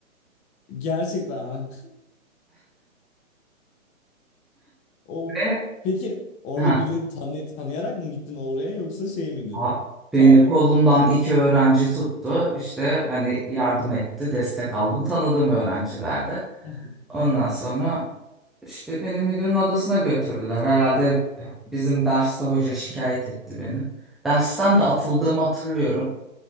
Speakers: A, on the left; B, in the centre.
A: Gerçekten ha. O
B: Ve
A: peki orada
B: heh,
A: birini tanı tanıyarak mı gittin oraya yoksa şey miydin?
B: Aa, Beni
A: Tamamen.
B: kolumdan iki öğrenci tuttu. İşte hani yardım etti, destek aldım. Tanıdığım öğrencilerde.
A: <laughs>
B: Ondan sonra işte beni müdürün odasına götürdüler. Herhalde bizim derste hoca şikayet etti beni. Dersten de atıldığımı hatırlıyorum.